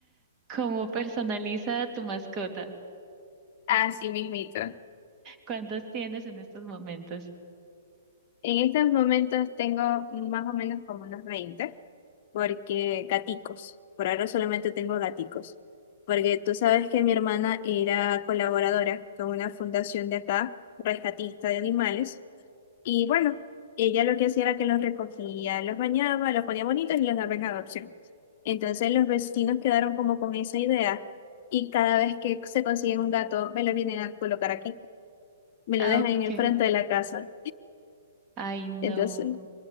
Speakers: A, on the right (about 25°); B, on the left (about 45°).
A: ¿Cómo personaliza tu mascota?
B: Así mismito.
A: ¿Cuántos tienes en estos momentos?
B: En estos momentos tengo más o menos como unos 20, porque gaticos. Por ahora solamente tengo gaticos. Porque tú sabes que mi hermana era colaboradora con una fundación de acá, rescatista de animales. Y bueno, ella lo que hacía era que los recogía, los bañaba, los ponía bonitos y los daba en adopción. Entonces los vecinos quedaron como con esa idea y cada vez que se consiguen un gato me lo vienen a colocar aquí, me
A: Ah,
B: lo dejan
A: ok.
B: en el frente de la casa.
A: Ay, no.
B: Entonces,